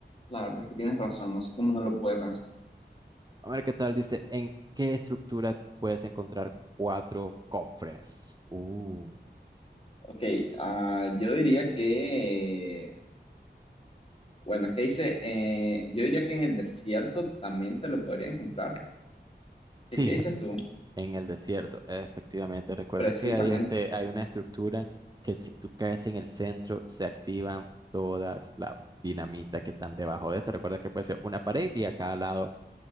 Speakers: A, on the left; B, on the right.
A: la verdad es que tienes razón, no sé cómo no lo pude pensar.
B: A ver qué tal, dice, ¿en qué estructura puedes encontrar cuatro cofres? Uh.
A: Ok, ah, yo diría que, bueno, es que dice, eh, yo diría que en el desierto también te lo podría encontrar.
B: Sí,
A: ¿Qué, qué dices tú?
B: En el desierto, efectivamente. Recuerda
A: Precisamente,
B: que hay este, hay una estructura que si tú caes en el centro, se activan todas las dinamitas que están debajo de esto. Recuerda que puede ser una pared y a cada lado